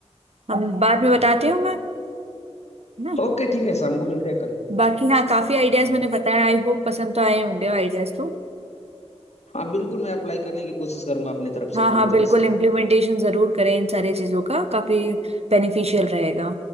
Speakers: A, on the right; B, on the left.
A: हम बाद में बताती हूँ मैं है ना
B: ओके ठीक है शाम को मिलते हैं कल
A: बाकी हाँ काफी आइडियाज मैंने बताया आई होप पसंद तो आए होंगे आइडियाज तो
B: हाँ बिल्कुल मैं अप्लाई करने की कोशिश करूंगा अपने तरफ
A: हाँ
B: से पूरी
A: हाँ बिल्कुल
B: तरह से
A: इम्प्लीमेंटेशन जरूर करें इन सारी चीजों का काफी बेनिफिशियल रहेगा